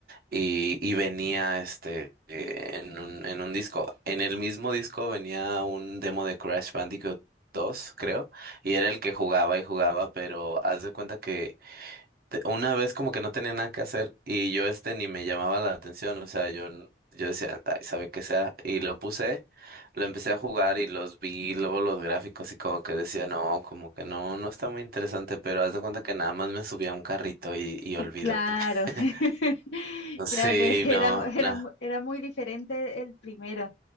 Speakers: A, on the right (about 55°); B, on the left (about 75°).
A: y, y venía este eh, en un, en un disco. En el mismo disco venía un demo de Crash Bandicoot 2, creo, y era el que jugaba y jugaba, pero haz de cuenta que te- Una vez como que no tenía nada que hacer y yo este ni me llamaba la atención, o sea, yo, n- yo decía, ay, sabe qué sea, y lo puse, lo empecé a jugar y los vi, luego los gráficos y como que decía, no, como que no, no está muy interesante, pero haz de cuenta que nada más me subía a un carrito y, y olvídate.
B: Claro,
A: <laughs>
B: <laughs>
A: Sí,
B: claro, era,
A: no,
B: mu- era,
A: no,
B: mu- era muy diferente el primero,